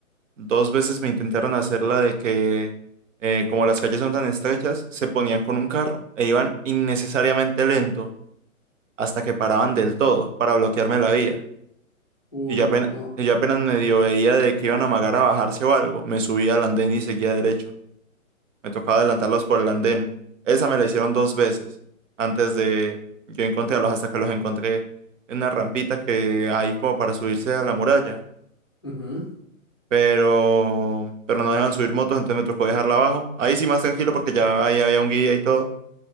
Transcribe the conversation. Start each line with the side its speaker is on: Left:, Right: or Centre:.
Right: dos veces me intentaron hacer la de que eh, como las calles son tan estrechas, se ponían con un carro e iban innecesariamente lento. hasta que paraban del todo para bloquearme la vía.
Left: uy,
Right: Y yo apenas,
Left: no.
Right: yo apenas medio veía de que iban a amagar a bajarse o algo. Me subía al andén y seguía derecho. Me tocaba adelantarlos por el andén. Esa me la hicieron dos veces antes de yo encontrarlos, hasta que los encontré en una rampita que hay como para subirse a la muralla.
Left: Ujú.
Right: Pero, pero no dejaban subir motos, entonces me tocó dejarla abajo. Ahí sí más tranquilo porque ya ahí había un guía y todo,